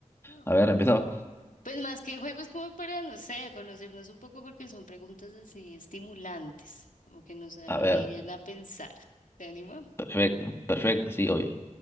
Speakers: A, on the left; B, on the left.
A: Ah,
B: A ver, empezamos.
A: Pues más que juegos como para, no sé, conocernos un poco porque son preguntas así estimulantes, como que nos obliguen
B: A ver,
A: a pensar. ¿Te anima?
B: perfecto, perfecto, sí, obvio.